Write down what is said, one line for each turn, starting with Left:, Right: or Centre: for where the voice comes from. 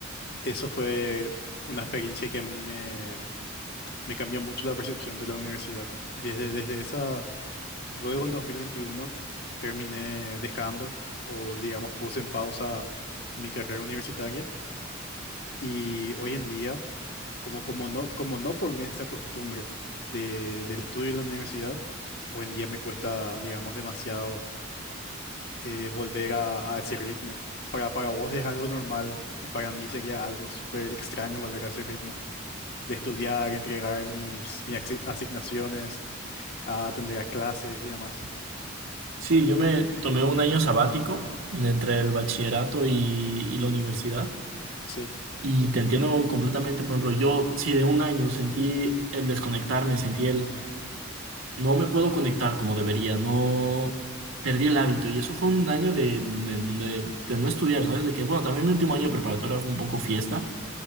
Left: eso fue una experiencia que a mí me, me cambió mucho la percepción de la universidad. Y Desde, desde esa, luego en 2021, terminé dejando, o digamos, puse en pausa mi carrera universitaria y hoy en día, como, como no, como no formé esa costumbre de, del estudio en la universidad, hoy en día me cuesta, digamos, demasiado eh, volver a, a ese ritmo. Para, para vos es algo normal y para mí sería algo súper extraño volver a ese ritmo. De estudiar, entregar mis, mis axi- asignaciones, a atender a clases y demás.
Right: Sí, yo me tomé un año sabático entre el bachillerato y, y la universidad
Left: Sí,
Right: y te entiendo completamente, por ejemplo, yo sí de un año sentí el desconectarme, sentí el... No me puedo conectar como debería, no perdí el hábito y eso fue un año de, de- de- de no estudiar, ¿sabes? De que, bueno, también mi último año de preparatoria fue un poco fiesta,